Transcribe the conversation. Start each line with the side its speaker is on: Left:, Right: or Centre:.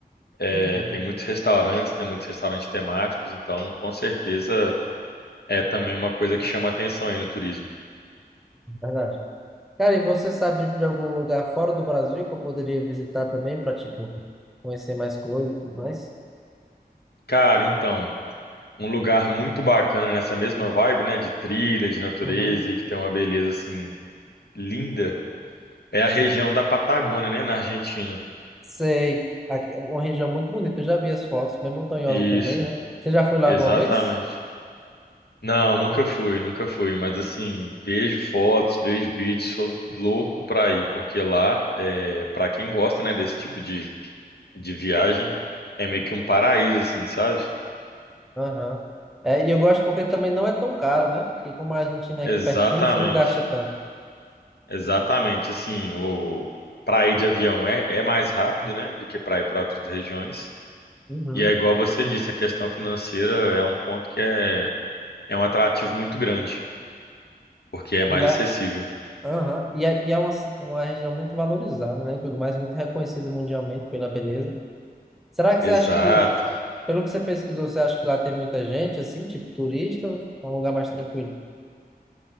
Left: É,
Centre: Uhum.
Left: tem muitos restaurantes, né? Muitos restaurantes temáticos, então com certeza é também uma coisa que chama atenção aí no turismo.
Centre: Verdade. Cara, e você sabe de, de algum lugar fora do Brasil que eu poderia visitar também para tipo, conhecer mais coisas e tudo mais?
Left: Cara, então, um lugar muito bacana nessa mesma vibe, né? De trilha, de natureza
Centre: Uhum.
Left: e que tem uma beleza assim linda É a região da Patagônia, né, na Argentina.
Centre: Sei. Aqui é uma região muito bonita. Eu já vi as fotos, bem montanhosa
Left: Isso,
Centre: também, né? Você já foi lá
Left: exatamente.
Centre: alguma vez?
Left: Não, nunca fui, nunca fui, mas assim, vejo fotos, vejo vídeos, sou louco pra ir, porque lá, é, pra quem gosta, né, desse tipo de, de viagem, é meio que um paraíso, assim, sabe?
Centre: Aham. É, e eu gosto porque também não é tão caro, né? Porque como a Argentina é
Left: Exatamente,
Centre: aqui pertinho, você não gasta tanto.
Left: exatamente. Assim, o para ir de avião é, é mais rápido, né, do que para ir para outras regiões.
Centre: Uhum.
Left: E é igual você disse, a questão financeira é um ponto que é, é um atrativo muito grande. porque é mais
Centre: Ele é,
Left: acessível.
Centre: aham, E é, e é uma, ci- uma região muito valorizada, né? e Tudo mais, muito reconhecida mundialmente pela beleza. Será que você
Left: Exato.
Centre: acha que Pelo que você pesquisou, você acha que lá tem muita gente, assim, tipo turista, ou é um lugar mais tranquilo?